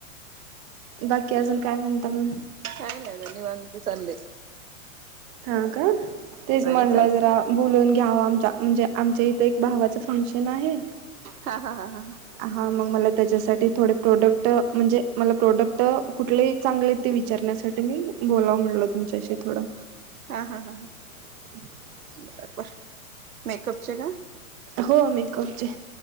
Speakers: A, on the right; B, on the right.
A: बाकी अजून काय म्हणता म्ह
B: काय नाही बघा निवांत चाललंय.
A: हा का तेच म्हटलं
B: चालले
A: जरा बोलून घ्याव आमच्या म्हणजे आमचे इथं एक भावाचं फंक्शन आहे.
B: हा हा हा हा
A: आहा मग मला त्याच्यासाठी थोडे प्रोडक्ट म्हणजे मला प्रोडक्ट कुठले चांगले ते विचारण्यासाठी मी बोलाव म्हटलं तुमच्याशी थोडं.
B: हा हा हा हा
A: <inaudible>
B: <unintelligible> मेकपचे का?
A: हो मेकअपचे